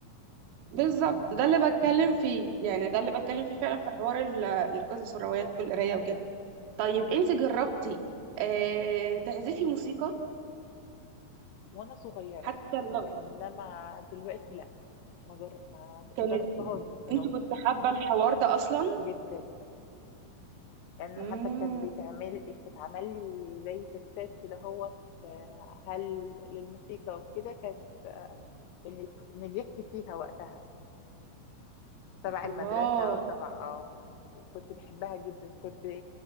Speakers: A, on the right; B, on the left.
A: بالظبط ده اللي بتكلم
B: مم.
A: فيه يعني ده اللي بتكلم فيه فعلا في حوار ال- القصص والروايات والقراية وكده طيب انت جربتي آه تعزفي موسيقى
B: وانا صغيره
A: حتى لو
B: انما دلوقتي لا ما جر... ما
A: كانت
B: جربتهاش بصراحه
A: انت كنت حابة الحوار ده اصلا
B: جدا يعني
A: امم
B: حتى كان بيتعمل اتعمل لي زي تستات كده هو هل للموسيقى وكده كانت اللي نجحت فيها وقتها تبع
A: الله
B: المدرسة وتبع اه وكنت بحبها جدا كنت